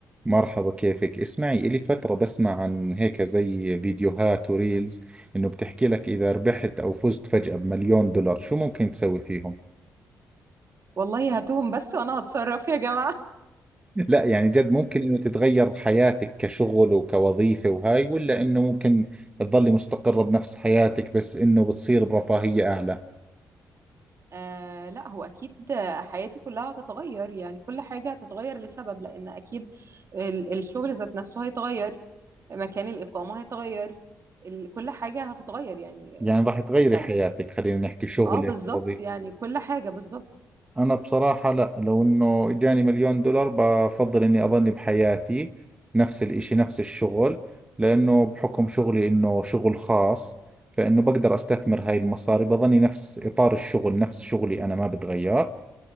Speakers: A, on the right (about 15°); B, on the right (about 50°).
A: مرحبا كيفك اسمعي إلي فترة بسمع عن هيك زي فيديوهات وريلز إنه بتحكي لك إذا ربحت أو فزت فجأة بمليون دولار شو ممكن تسوي فيهم
B: والله هاتوهم بس وانا هتصرف يا جماعة
A: لا يعني جد ممكن إنه تتغير حياتك كشغل وكوظيفة وهاي ولا إنه ممكن تضلي مستقرة بنفس حياتك بس إنه بتصير برفاهية أعلى
B: آه لا هو اكيد حياتي كلها هتتغير يعني كل حاجة هتتغير لسبب لان اكيد ال- الشغل ذات نفسه هيتغير مكان الاقامة هيتغير ال- كل حاجة هتتغير يعني
A: يعني راح تغيري
B: يعني
A: حياتك خلينا نحكي شغلك
B: اه بالظبط
A: ووظيفتك
B: يعني كل حاجة بالظبط
A: أنا بصراحة لا لو إنه إجاني مليون دولار بفضل إني أظل بحياتي نفس الإشي نفس الشغل لأنه بحكم شغلي إنه شغل خاص فإنه بقدر أستثمر هاي المصاري بظني نفس إطار الشغل نفس شغلي أنا ما بتغير